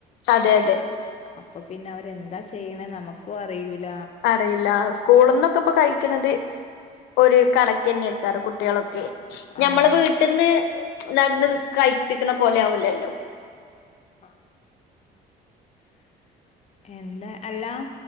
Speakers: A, on the left; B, on the left.
A: അതെ അതെ
B: അപ്പൊ പിന്നെ അവരെന്താ ചെയ്യണെ നമക്കും അറിയൂല
A: അറിയില്ല സ്കൂളിന്നൊക്കെ ഇപ്പോ കഴിക്കുന്നത് ഒരു കണക്ക് തന്നെയ്ക്കാരം കുട്ടികളൊക്കെ
B: ആഹ്
A: ഞമ്മള് വീട്ടിന്ന് നടന്ന് കഴിപ്പിക്ക്ണ പോലെ ആവുല്ലല്ലോ
B: ആഹ് എന്താ അല്ല